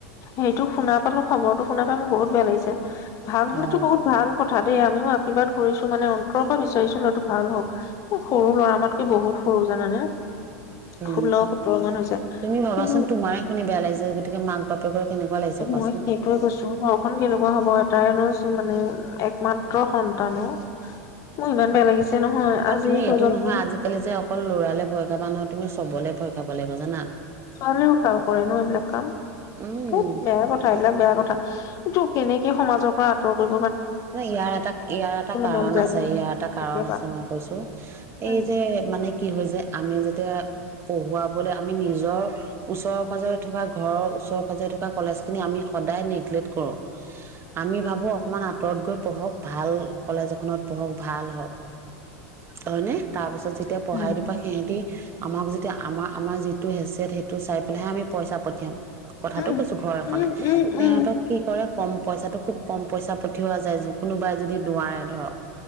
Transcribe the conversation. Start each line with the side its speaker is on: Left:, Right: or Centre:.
Left: হেইটো শুনা পালো খবৰটো শুনা পায় মোৰ বহুত বেয়া লাগিছে। ভাল হলেতো
Right: অ
Left: বহত ভাল ক কথা দেই, আমিও আশীৰ্বাদ কৰিছো মানে অন্তৰৰ পৰা বিচাৰিছো লৰাটো ভাল হওক। খুব সৰু ল'ৰা, আমাতকে বহুত সৰু জানানে?
Right: উ
Left: ষোল্ল সোতৰ মান হৈছে
Right: তুমি ভাবাচোন
Left: কিন্তু
Right: তোমাৰে শুনি বেয়া লাগিছে, গতিকে মাক বাপেকৰ। কেনেকুৱা লাগিছে কোৱাচোন
Left: মই সেইটোয়ে কৈছো ঘৰখন কেনেকুৱা হব এটাই ল'ৰা <unintelligible> মানে একমাত্ৰ সন্তান অ', মোৰ ইমান বেয়া লাগিছে নহয় আজিৰ
Right: আৰু তুমি এইটো
Left: প্ৰজন্মৰ
Right: নহয় আজিকালি যে অকল লৰালে ভয় খাবা নহয়। তুমি চবলে ভয় খাব লাগিব জানা?
Left: ছোৱালীও খাৰ কৰে ন এইবিলাক কাম?
Right: উম
Left: ধেত বেয়া কথা, এইবিলাক বেয়া কথা। কিন্তু কেনেকে সমাজৰ পৰা আঁতৰ কৰি
Right: ন ইয়াৰ এটা ইয়াৰ এটা কাৰণ
Left: মন যায়
Right: আছে
Left: মোৰ
Right: ইয়াৰ এটা কাৰণ
Left: কেতিয়াবা
Right: আছে মই কৈছো,
Left: উম
Right: এই যে মানে কি হয় যে আমি যদি তে এ, পঢ়ুৱাবলে আমি নিজৰ ওচৰে পাজৰে থকা ঘৰৰ ওচৰে পাজৰে থকা কলেজ খিনি আমি সদায় নেগলেক্ট কৰো। আমি ভাবো অকমান আত তত গৈ পঢ়ক, ভাল কলেজ এখনত পঢ়ক, ভাল হওক। হয়নে? তাৰপিছত যেতিয়া পঢ়াই
Left: উম
Right: দিবা সিহঁতি আমাক যেতিয়া আমাৰ আমাৰ যিটো হেচিয়ট, সেইটো চাই পেলাইহে আমি পইচা পঠিয়াম। কথাটো
Left: উম
Right: কৈছো ঘৰ এখনে,
Left: উম উম
Right: তেহতক
Left: উম
Right: কি কৰে কম পইচাটো খুব কম পইচা পথ পঠিওৱা যায় কোনোবাই যদি নোৱাৰে ধৰক,